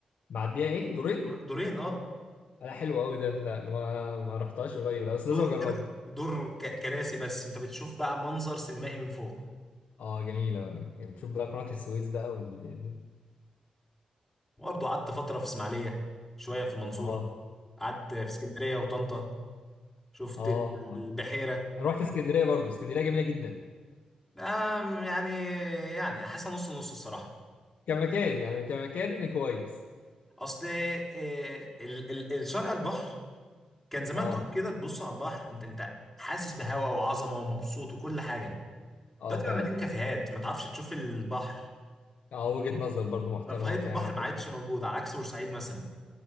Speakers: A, on the left; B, in the centre.
A: معدية ايه دورين
B: دور- دورين اه
A: آه، لا حلو قوي ده لا ما ما رحتهاش قريب لا بس لازم
B: دور
A: اجربها
B: كده دور ك- كراسي بس انت بتشوف بقى منظر سينمائي من فوق
A: اه جميلة يعني بتشوف بقى قناة السويس بقى وال
B: برضه قعدت فتره في اسماعيليه شويه في المنصوره
A: اه
B: قعدت في اسكندريه وطنطا شفت
A: اه اه
B: البحيره
A: انا رحت اسكندرية برضو اسكندرية جميلة جدا
B: آم يعني يعني حاسه نص نص الصراحه
A: كمكان يعني كمكان كويس
B: اصل إيه، ال- ال- الشارع على البحر كان زمان
A: اه
B: تقف كده تبص على البحر انت انت حاسس بهوا وعظمه ومبسوط وكل حاجه
A: اه
B: ده تبقى
A: فعلا
B: مليان كافيهات ما تعرفش تشوف البحر
A: اه وجهة نظر برضو محترمة
B: رفاهيه
A: اه فعلا
B: البحر
A: عندك
B: ما عادش موجوده على عكس بورسعيد مثلا